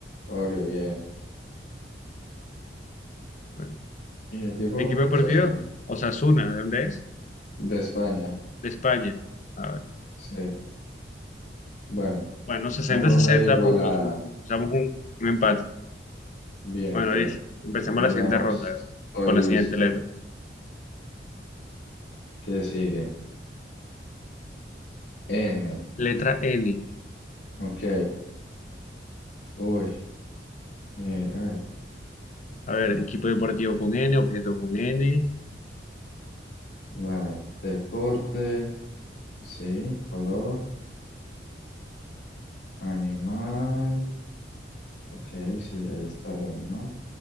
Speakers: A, on the left; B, on the left.
A: Oreo, bien.
B: Bueno.
A: Y equipo,
B: Equipo deportivo,
A: Osasuna,
B: Osasuna. ¿De dónde es?
A: de España,
B: De España. A ver.
A: sí, bueno.
B: Bueno, sesenta
A: Una ronda
B: sesenta
A: igualada.
B: puntos. Un- un- Usamos un, un empate.
A: Bien,
B: Bueno,
A: bien.
B: Liz, empecemos
A: Bailamos.
B: la siguiente ronda. A ver,
A: Estoy
B: con
A: listo.
B: la siguiente letra.
A: ¿no? ¿Qué sigue? N.
B: Letra N.
A: Ok. Uy. eh, ay,
B: A ver,
A: no.
B: equipo deportivo con N, objeto con N,
A: La- deporte. Sí. Color. Animal. Ok, sí, ahí está el animal.